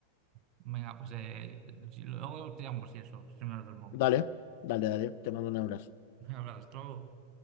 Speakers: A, on the right; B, on the left.
A: <laughs> Venga, pues eh, si- luego te llamo si eso, si me duermo.
B: Dale, dale, dale, te mando un abrazo.
A: <laughs> Un Abrazo.